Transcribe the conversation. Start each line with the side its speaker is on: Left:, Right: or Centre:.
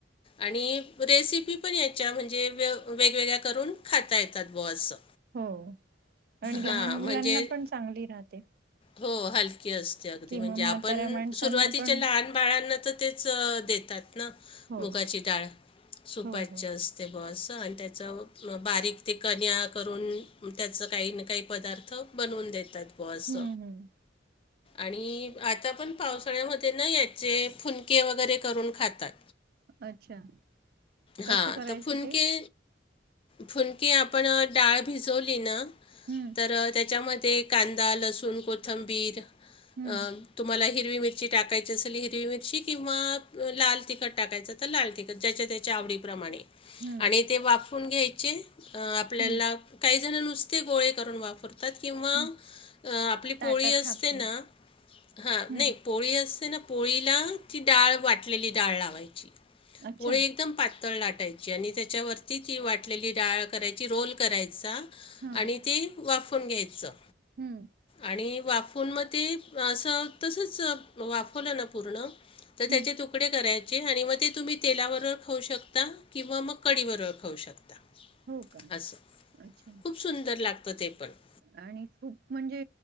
Left: आणि रेसिपी पण याच्या म्हणजे वेगवेगळ्या करून खाता येतात ब असं.
Right: हो आणि
Left: हां.
Right: लहान मुलांना
Left: म्हणजे
Right: पण चांगली राहते.
Left: हो हलकी असते अगदी
Right: किंवा
Left: म्हणजे
Right: म्हाताऱ्या
Left: आपण
Right: माणसांना
Left: सुरवाती
Right: पण
Left: लहान बाळांना तर तेच देतात ना
Right: हो
Left: मुगाची डाळ सुपाच्या
Right: हो हो
Left: असस्त ते बसं आणि त्याचं बारीक ते कन्या करून त्याचं काही ना काही पदार्थ. बनवून देतात बॉल्स.
Right: हम्म हम्म
Left: आणि आता पण पावसाळ्यामध्ये ना याचे फुनके वगैरे करून खातात.
Right: अच्छा कशी
Left: हा
Right: करायची
Left: तर फुन
Right: ते
Left: के. फुनकी आपण डाळ भिजवली ना.
Right: हम्म.
Left: तर त्याच्यामध्ये कांदा लसूण कोथंबीर
Right: हम्म
Left: अ तुम्हाला हिरवी मिरची टाकायची असेल हिरवी मिरची किंवा लाल तिखट टाकायचं. तर लाल तिकट ज्याच्या त्याच्या आवडीप्रमाणे.
Right: हम्म
Left: आणि ते वापरून घ्यायचे आपल्याला
Right: हम्म
Left: काही जण नुसते गोळे करून वापर तात किंवा
Right: हम्म
Left: आपली पोळी
Right: ताटात
Left: असते
Right: थापून
Left: ना हा
Right: हम्म
Left: नाही. पोळी असते ना पोळीला ती डाळ वाटलेली डाळ लावायची
Right: अच्छा
Left: पोळी. एकदम पातळ लाटायची आणि त्याच्यावरती ती वाटलेली डाळ करायची रोल करायचा.
Right: हा
Left: आणि ती वाफून घ्यायचं.
Right: हम्म.
Left: आणि वाफवून मग ती असं तसंच वाफवलं ना पूर्ण. तर त्याचे
Right: हम्म
Left: तुकडे करायचे आणि मग ते तुम्ही तेलाबरोबर खाऊ शकता. किंवा मग कडी बरोबर खाऊ शकता.
Right: हो का
Left: असं
Right: अच्छा.
Left: खूप सुंदर लागतं ते पण.
Right: आणि खूप म्हणजे